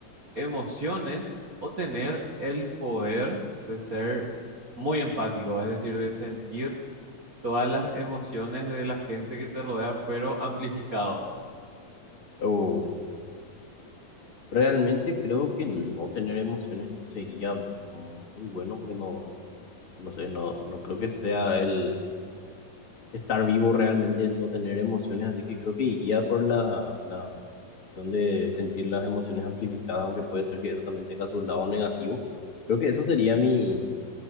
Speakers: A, on the right (about 35°); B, on the left (about 40°).
A: emociones o tener el poder de ser muy empático? Es decir, de sentir todas las emociones de la gente que te rodea, pero amplificado.
B: O realmente creo que no tener emociones no sería muy bueno porque no, no no sé, no, no creo que sea el estar vivo realmente, el no tener emociones, así que creo que iría por la, la opción de sentir las emociones amplificadas, aunque puede ser que eso también tenga su lado negativo. Creo que eso sería mi,